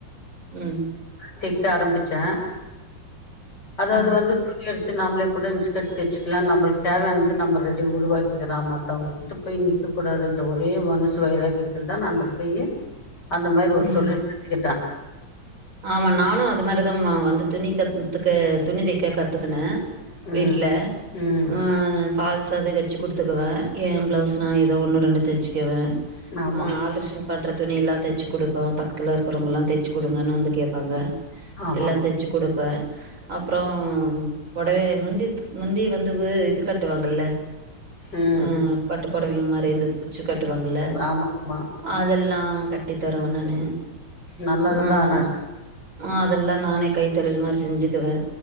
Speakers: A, on the right; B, on the left.
A: ம்
B: தெக்க ஆரம்பிச்சே அதாவது
A: ம்
B: வந்து துணி நம்மளே கூடச் இன்ஸ்கட் தச்சுகலாம் நம்மளுக்கு தேவையானது நம்ம ரெடி உருவாக்கிற மத்தவங்ககிட்ட போய் நி இருக்கக் கூடாது என்ற ஒரே மனசு வைராகியத்தில்தா அந்த போயி அந்த மாரி ஒரு
A: ம்
B: தொழில் கத்துக்கிட்டே
A: ஆமா நானு அது மாதிரிதாமா வந்து துணி கத்துக்க துணி தைக்கா கத்துக்குனே வீட்ல
B: ம் ம்
A: ஆ ஃபால் சாத வச்சு குடுத்துக்குவே ஏ ப்ளவுஸ்னா ஏதோ ஒன்னு ரெண்டு தைச்சுக்குவே
B: ஆமா
A: ஆ ஆல்டரெஷன் பண்ற துணில்லா தைச்சு குடுப்போ பக்கத்துல இருக்கறவங்கல்லா தச்சு குடுங்கன்னு வந்து கேட்பாங்க
B: ஆமா
A: எல்லா தைச்சுகுடு ப்ப அப்புறம் புடவ முந்தி முந்தி வந்து இது காட்டுவாங்கல்ல
B: ம்
A: அ பட்டு பொடவைங்க மாரி இருந்து குச்சி கட்டுவாங்கல
B: ஆமா ஆமா
A: அதெல்லா ஆ கட்டி தருவே நானு
B: நல்லதுதான்ன
A: ஆ ஆ அதெல்லா நானே கைத்தொழில் மாரி செஞ்சுக்குவே